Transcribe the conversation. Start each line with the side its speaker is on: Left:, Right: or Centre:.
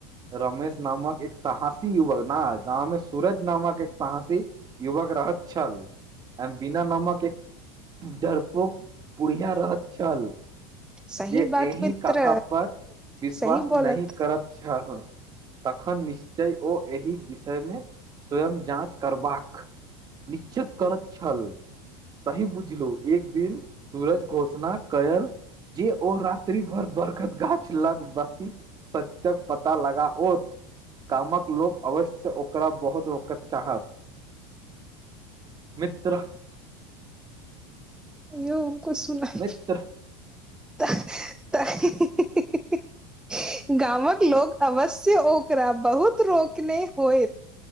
Right: रमेश नामक एक साहासी युवक न गाम मे सूरज नामक एक सहासी युवक रह हत छल वीना नामक एक डर पोक बुढ़िया रहत छल
Centre: सही
Right: जे
Centre: बात
Right: एहि
Centre: मित्र
Right: कथा पर विश्वास
Centre: सही
Right: नहि
Centre: बोलत
Right: करत छल तखन निश्चय ओ एहि विषयमे स्वयं जाँच करबाक निश्चित करत छल सही बुझलो एक दिन सूरज घोषणा कयल जे ओ रात्रि भर बरगद गाछ लग बसी सत्यक पता लगाओत गामक लोक अवश्य ओकरा बहुत रोकक चाहत मित्र
Centre: यौ उको सुनाइ
Right: मित्र
Centre: त <inaudible> हीहीही गामक लोक अवश्य ओकरा बहुत रोकने होयत